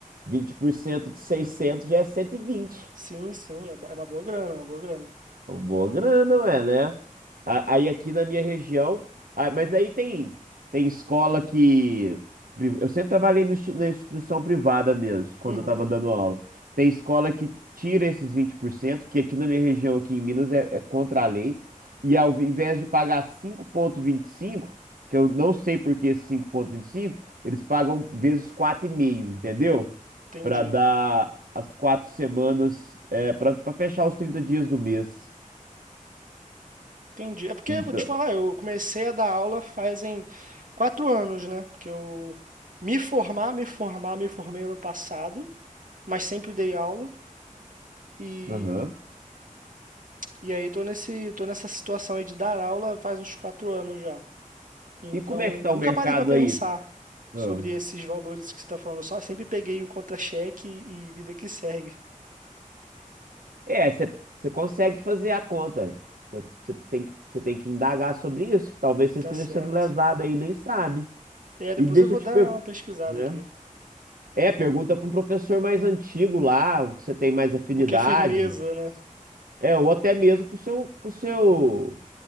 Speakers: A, on the right; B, on the right.
A: vinte por cento de 600 já é 120.
B: Sim, sim, é bo- é uma boa grana, é uma boa grana.
A: Boa grana, ué, né? A- Aí aqui na minha região, ah, mas aí tem tem escola que pri- eu sempre trabalhei no insti- na instituição privada mesmo, quando
B: Uhum,
A: eu tava dando aula. Tem escola que tira esses vinte por cento que aqui na minha região, aqui em Minas, é, é contra a lei. E ao invés de pagar cinco vírgula vinte e cinco que eu não sei por que esse cinco vírgula vinte e cinco eles pagam vezes 4,5, entendeu?
B: entendi.
A: para dar as quatro semanas, é, para fechar os 30 dias do mês.
B: Entendi. É porque,
A: Então,
B: vou te falar, eu comecei a dar aula fazem quatro anos, né? Que eu me formar, me formar, me formei ano passado, mas sempre dei aula. E
A: aham.
B: E aí tô nesse, tô nessa situação aí de dar aula faz uns quatro anos já. Então,
A: E como é que tá
B: nunca
A: o mercado
B: parei para pensar
A: aí?
B: sobre
A: Ah,
B: esses valores que você está falando. Só sempre peguei o contra-cheque e vida que segue.
A: É, você consegue fazer a conta. Você tem que, você tem que indagar sobre isso, que talvez você
B: Tá
A: esteja
B: certo.
A: sendo lesado aí, e nem sabe.
B: É, depois
A: E deixa
B: eu vou
A: eu te
B: dar
A: perguntar,
B: uma pesquisada
A: né?
B: aqui.
A: É, pergunta para um professor mais antigo lá, o que você tem mais afinidade.
B: O que é firmeza, né?
A: É, ou até mesmo pro seu, pro seu,